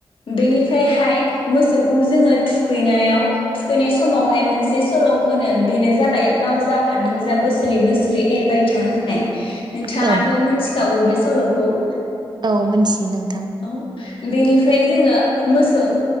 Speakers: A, on the left; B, on the right.
A: बेनिफ्रायहाय मोसौखौ जोङो थुखैनायाव थुखैनाय समावहाय मोनसे सल' होनो बेनो जाबाय लाव जा फान्थाव जा बोसोरै बोसोरै एरबाय था होननाय नोंथाङाथ'
B: औ
A: मिथि गाव बेस सलखौ
B: औ मोनथियो नों
A: औ बेनिफ्राय जोङो मोसौ